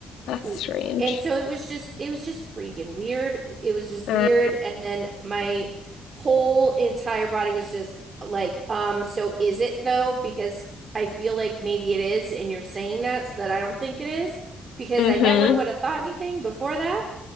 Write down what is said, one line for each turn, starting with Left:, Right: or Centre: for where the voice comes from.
Left: That's
Right: Who
Left: strange.
Right: and so it was just it was just freaking weird. It was just
Left: Uh,
Right: weird. And then my whole entire body was just like, um, so is it though? Because I feel like maybe it is, and you're saying that so that I don't think it is because
Left: mm-hmm.
Right: I never would have thought anything before that.